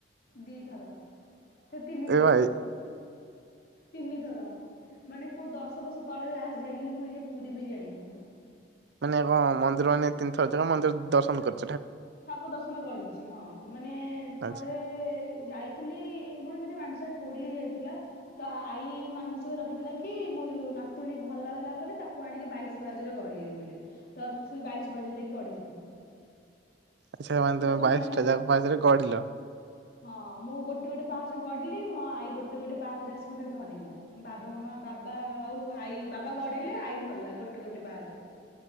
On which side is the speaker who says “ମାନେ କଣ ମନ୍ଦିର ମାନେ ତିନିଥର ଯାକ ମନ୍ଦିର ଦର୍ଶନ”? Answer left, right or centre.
Right